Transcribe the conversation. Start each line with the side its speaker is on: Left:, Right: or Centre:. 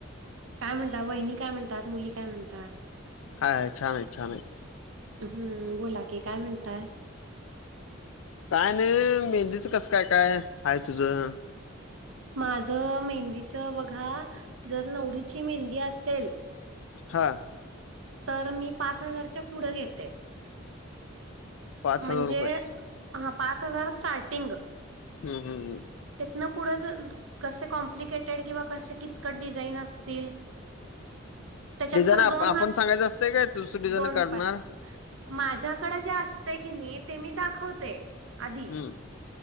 Right: काय म्हणतात वहिणी काय म्हणतात मुली काय म्हणतात
Left: हायय छान आहे छान आहे
Right: हम्म बोला की काय म्हणताय
Left: काय नाही मेहंदीचं कसं काय काय हाय तुझं
Right: माझं मेहंदीच बघा जर नवरीची मेहंदी असेल
Left: हा
Right: तर मी पाच हजारच्या पुढ घेते
Left: पाच
Right: म्हणजे
Left: हजार रुपये
Right: हा पाच हजार स्टार्टिंग
Left: हम्म हम्म हम्म
Right: तीतन पुढं ज कसे कॉम्प्लिकेटेड किंवा कसे किचकट डिझाईन असतील त्याच्यात
Left: डिझाईन
Right: खरं
Left: आप
Right: दोन
Left: आपण
Right: हात
Left: सांगायचं असतंय काय तूच डिझाईन
Right: दोन
Left: काढणार
Right: पाय माझ्याकड जे असतय की नाही ते मी दाखवते आधी
Left: हम्म